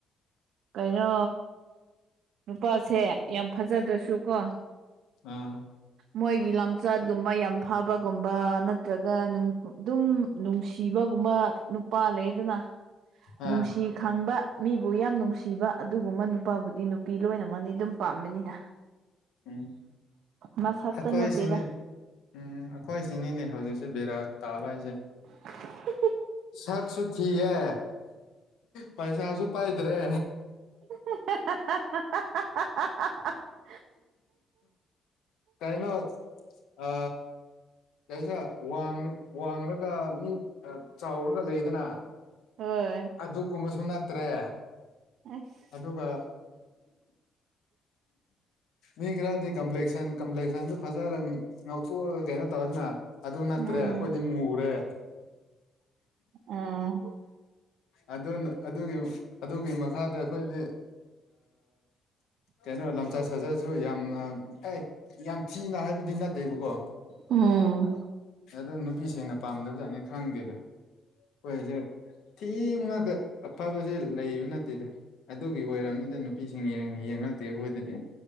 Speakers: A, on the right; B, on the left.
A: ꯀꯩꯅꯣ ꯅꯨꯄꯥꯁꯦ ꯌꯥꯝ ꯐꯖꯗ꯭ꯔꯁꯨ ꯀꯣ
B: ꯑꯥ
A: ꯃꯣꯏꯒꯤ ꯂꯝꯆꯠꯒꯨꯝꯕ ꯌꯥꯝ ꯐꯥꯕꯒꯨꯝꯕ ꯅꯠꯇ꯭ꯔꯒ ꯅꯨꯡ ꯑꯗꯨꯝ ꯅꯨꯡꯁꯤꯕꯒꯨꯝꯕ ꯅꯨꯄꯥ ꯂꯩꯗꯅ ꯅꯨꯡꯁꯤ
B: ꯑꯥ
A: ꯈꯪꯕ ꯃꯤꯕꯨ ꯌꯥꯝ ꯅꯨꯡꯁꯤꯕ ꯑꯗꯨ <unintelligible> ꯅꯨꯄꯥꯕꯨꯗꯤ ꯅꯨꯄꯤ ꯂꯣꯏꯅꯃꯛ ꯑꯗꯨꯝ ꯄꯥꯝꯝꯕꯅꯤꯅ
B: ꯎꯝ
A: ꯃꯁꯛꯇ
B: ꯑꯩꯈꯣꯏꯁꯤꯅꯦ
A: ꯅꯠꯇꯦꯗ
B: ꯎꯝ ꯑꯩꯈꯣꯏ ꯁꯤꯅꯤꯅꯦ ꯍꯧꯖꯤꯛꯁꯦ ꯕꯦꯔꯥ ꯇꯥꯕ ꯍꯥꯏꯁꯦ
A: <inaudible>
B: ꯁꯛꯁꯨ ꯊꯤꯌꯦ ꯄꯩꯁꯥꯁꯨ ꯄꯥꯏꯗ꯭ꯔꯦ
A: <inaudible>
B: ꯀꯥꯏꯅꯣ ꯑ ꯀꯩꯕ ꯋꯥꯡ ꯋꯥꯡꯂꯒ ꯃꯤ ꯆꯥꯎꯔꯒ ꯂꯩꯗꯅ
A: ꯍ‌ꯣꯏ
B: ꯑꯗꯨꯒꯨꯝꯕꯁꯨ ꯅꯠꯇ꯭ꯔꯦ
A: ꯑꯁ
B: ꯑꯗꯨꯒ ꯃꯤ ꯈꯔꯗꯤ ꯀꯝꯄ꯭ꯂꯦꯛꯁꯟ ꯀꯝꯄ꯭ꯂꯦꯛꯁꯟꯗꯨ ꯐꯖꯔ ꯉꯥꯎꯊꯣꯛꯑꯒ ꯀꯩꯅꯣ ꯇꯧꯏꯗꯅ ꯑꯗꯨ ꯅꯠꯇ꯭ꯔꯦ
A: ꯎꯝ
B: ꯑꯈꯣꯏꯗꯤ ꯃꯨꯔꯦ
A: ꯑꯣ
B: ꯑꯗꯨꯅ ꯑꯗꯨꯒꯤ ꯑꯗꯨꯒꯤ ꯃꯈꯥꯗ ꯑꯩꯈꯣꯏꯗꯤ ꯀꯩꯅꯣ ꯂꯝꯆꯥꯠ ꯁꯥꯖꯥꯁꯨ ꯌꯥꯝꯅ ꯑꯦ ꯌꯥꯝ ꯊꯤꯅ ꯍꯥꯏꯕꯗꯤ ꯅꯠꯇꯦꯕꯀꯣ
A: ꯎꯝ
B: ꯑꯗꯣ ꯅꯨꯄꯤꯁꯤꯡꯅ ꯄꯥꯝꯗꯕꯖꯠꯅꯤ ꯈꯪꯗꯦꯗ ꯍꯣꯏꯁꯦ ꯊꯤꯕ ꯉꯥꯛꯇ ꯑꯐꯕꯁꯦ ꯂꯩꯕ ꯅꯠꯇꯦꯗ ꯑꯗꯨꯒꯤ ꯑꯣꯏꯔꯕꯝꯅꯤꯗ ꯅꯨꯄꯤꯁꯤꯡ ꯌ‌ꯦꯡ ꯌꯦꯡꯉꯛꯇꯦ ꯑꯩꯈꯣꯏꯗꯗꯤ